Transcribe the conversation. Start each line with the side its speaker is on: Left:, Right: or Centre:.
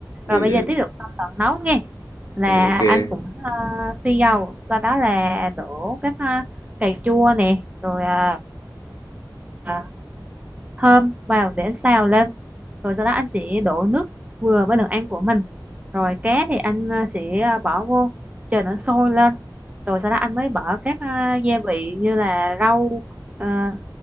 Left: ừ,
Right: Rồi bây
Left: ừ,
Right: giờ tiếp tục trong đoạn nấu nghe, là
Left: ừ ok
Right: anh
Left: em
Right: cũng à, phi dầu, sau đó là đổ các à, cà chua nè, rồi à, à, thơm vào để xào lên rồi sau đó anh sẽ đổ nước vừa với đường ăn của mình rồi cá thì anh à, sẽ à, bỏ vô chờ nó sôi lên rồi sau đó anh mới bỏ các à, gia vị như là rau à,